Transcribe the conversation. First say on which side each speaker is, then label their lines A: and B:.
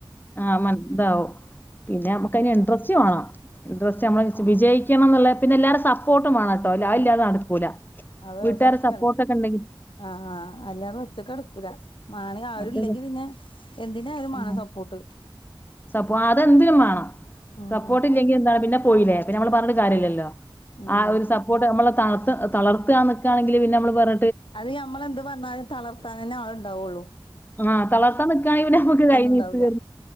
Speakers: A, on the left; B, on the left.
A: ആ മതാവും പിന്നെ നമുക്ക്തിന് ഇൻട്രസ്റ്റ് ഇ്രസ്റ്റ്മ്മ വിജയിക്കണം എന്നുള്ളത് പിന്നെ എല്ലാരും സപ്പോർട്ടും വേണം കേട്ടോ അല്ല അല്ലാതും നടക്കൂല
B: അത്
A: വീട്ടുകരു
B: സത്യാണ്
A: സപ്പോർട്ട്ക്കെ ഉണ്ടെങ്കിൽ
B: ആഹ് ആ് അല്ലാതെ ഒറ്റക്കെടടുക്കൂല മാണി ആരുും
A: മറ്റേത്
B: ഇല്ലെങ്കി പിന്നെ എന് എന്താലമാണ്
A: ആഹ്
B: സപ്പോർട്ട്
A: സപ്പോ അതെന്തിനും വേണം
B: ഉം
A: സപ്പോർട്ട് ഇല്ലെങ്കിൽ എന്താണ് പിന്നെ പോയില്ലേ പിന്നെ നമ്മള് പറഞ്ഞിട്ട് കാര്യമല്ലല്ലോ
B: അതെ ഉം
A: ആ ഒരു സപ്പോർട്ട് നമ്മള് തളർ തളർത്തുക നിക്കയാണെങ്കിൽന്നെ നമ്മള് പറ
B: അത് ഞമ്മളെന്ത് പറഞ്ഞാലും തളർത്താൻ തന്നെ ആൾുണ്ടാവുള്ളൂ
A: ആഹ് തലർത്താൻ നക്കുകയാണെങ്കിൽ ഇന്നെ നമ്മുക്ക് കൈ
B: ഉണ്ടാവൂല
A: നീട്ട